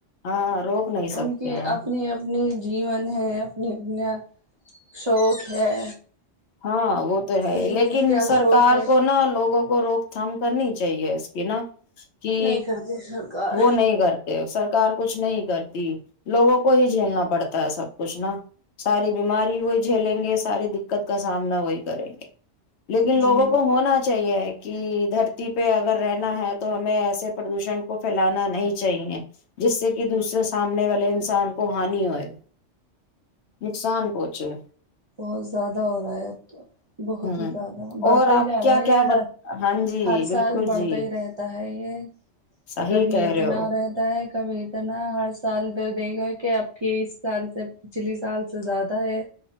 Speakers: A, on the left; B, on the right.
A: ہاں روک نہیں سکتے
B: ان کے
A: ہیں
B: اپنی اپنی جیون ہے اپنی اپنا شوق ہے
A: ہاں وہ تو ہے
B: کسی
A: لیکن
B: کو کیا
A: سرکار
B: شوق ہے
A: کو نا لوگوں کو کو روک تھام کرنی چاہیے اس کی نا کہ
B: نہیں کرتی سرکار
A: وہ نہیں کرتے سرکار کچھ نہیں کرتی لوگوں کو ہی جھیلنا پڑتا ہے سب کچھ نا ساری بیماری وہ جھیلیں گے ساری دقت کا سامنا وہی کریں گے لیکن لوگوں
B: جی
A: کو ہونا چاہیے کہ دھرتی پہ اگر رہنا ہے تو ہمیں ایسے پردوشن کو پھیلانا نہیں چاہیے جس سے کہ دوسرے سامنے والے انسان کو ہانی ہوئے نقصان پہنچے
B: بہت زیادہ ہو رہا ہے اب تو بہت
A: ہوں
B: ہی زیادہ بڑھتے
A: اور
B: ہی
A: آپ
B: جا
A: کیا
B: رہے
A: کیا
B: ہیں
A: ب ہاں جی
B: ہر
A: بالکل
B: سال بڑھتا
A: جی
B: ہی رہتا ہے ب یہ
A: صحیح
B: کبھی
A: کہہ
B: اتنا
A: رہے ہو
B: رہتا ہے کابھیتر ن ہر سال تو دیک گا کہ اب کی اس سال سے پچھلی سال سے زیادہ ہے